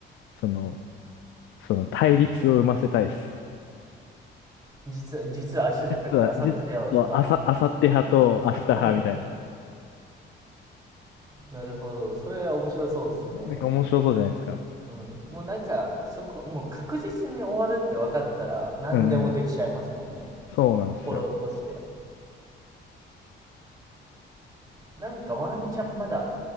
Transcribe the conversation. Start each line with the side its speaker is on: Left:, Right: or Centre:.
Left: その、その対立を生ませたいです。
Right: 実は実は明日じゃなくて明後日だよとか
Left: 実は、実は、あさ、あさって派と明日派みたいな。
Right: うんなるほどそれは面白そうですね
Left: なんか面白そうじゃないですか。
Right: うんもうなんかそこもう確実に終わるって分かったら何でもできちゃいますもんね
Left: うんうん。そうなんですよ。
Right: 心としてはなんかワンチャンまだ